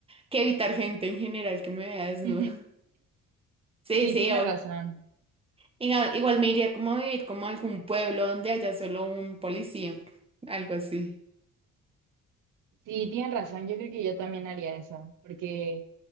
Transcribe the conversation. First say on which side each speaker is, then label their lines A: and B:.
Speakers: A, on the right; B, on the right.
A: que evitar gente en general que me vea desnuda.
B: <laughs>
A: Sí,
B: Sí,
A: sí,
B: tienes
A: o-
B: razón.
A: Igual, igual me iría como a vivir como a algún pueblo donde haya solo un policía, algo así.
B: Sí, tienes razón. Yo creo que yo también haría eso, porque